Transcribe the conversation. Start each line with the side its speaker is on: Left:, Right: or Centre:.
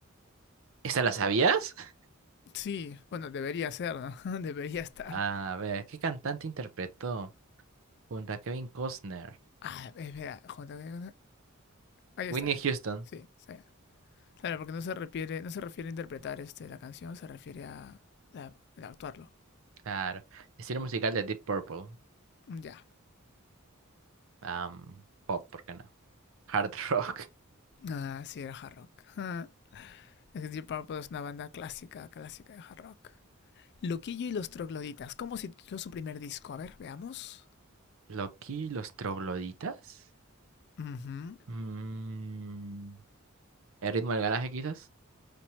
Right: ¿Esta la sabías? <laughs>
Left: Sí, bueno, debería ser, ¿no? <laughs> debería estar.
Right: A ver, ¿qué cantante interpretó junto a Kevin Costner?
Left: Ah, espera, junta- junta- Ahí
Right: Whitney
Left: está bien.
Right: Houston.
Left: Sí, está bien. Claro, porque no se refiere, no se refiere a interpretar este, la canción, se refiere a, la- a actuarlo.
Right: Claro. Estilo musical de Deep Purple.
Left: Ya.
Right: Am, pop, ¿por qué no? Hard <laughs> rock.
Left: Ah, sí, era hard rock. Ah, Es que Deep Purple es una banda clásica, clásica de hard rock. Loquillo y los trogloditas. ¿Cómo se tituló su primer disco? A ver, veamos.
Right: Loki, los trogloditas.
Left: Ujú.
Right: Mm, El ritmo del garaje, quizás.